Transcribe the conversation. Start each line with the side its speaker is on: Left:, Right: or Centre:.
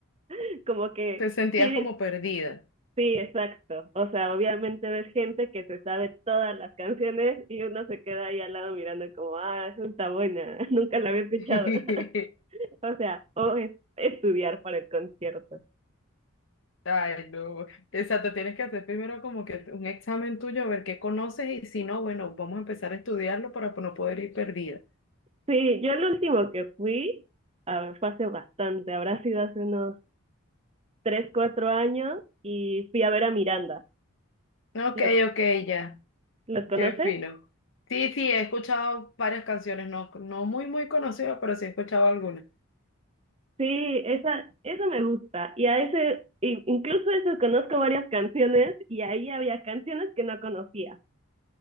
Right: <laughs> como que
Left: Te sentías
Right: sí,
Left: como perdida.
Right: Sí, exacto. O sea, obviamente ves gente que se sabe todas las canciones y uno se queda ahí al lado mirando como, ah, esa está buena, <laughs> nunca la había escuchado.
Left: <laughs>
Right: <laughs> O sea, o es estudiar para el concierto.
Left: Ay, no. Exacto, tienes que hacer primero como que un examen tuyo, a ver qué conoces y si no, bueno, vamos a empezar a estudiarlo para no poder ir perdida.
Right: Sí, yo el último que fui, a ver, fue hace bastante, habrá sido hace unos tres, cuatro años y fui a ver a Miranda.
Left: Ok,
Right: ¿Los,
Left: ok, ya.
Right: los conoces?
Left: Qué fino. Sí, sí, he escuchado varias canciones, no, no muy, muy conocidas, pero sí he escuchado algunas.
Right: Sí, esa, eso me gusta. Y a ese, i- incluso eso conozco varias canciones y ahí había canciones que no conocía.